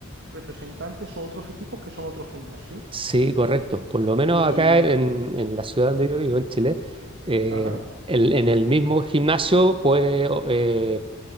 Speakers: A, on the right; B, on the right.
A: representantes o otros equipos que son otros gimnasios.
B: Sí, correcto. Por lo menos
A: Y,
B: acá en, en la ciudad donde yo vivo, en Chile, eh,
A: ajá,
B: el- en el mismo gimnasio puede o- eh,